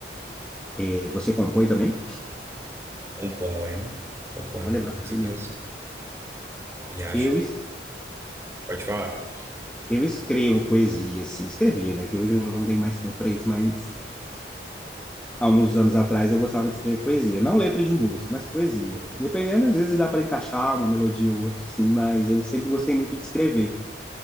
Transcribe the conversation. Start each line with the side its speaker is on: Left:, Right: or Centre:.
Centre: É, você compõe também?
Right: Componho, componho
Centre: Olha, bacana.
Right: músicas e acho.
Centre: Eu, es-
Right: Pode falar.
Centre: eu escrevo poesia, assim, escrevia, né? Que hoje eu não tenho mais tempo para isso, mas há uns anos atrás eu gostava de escrever poesia. Não letra de música, mas poesia. Dependendo, às vezes dá para encaixar uma melodia ou outra, assim, mas eu sempre gostei muito de escrever.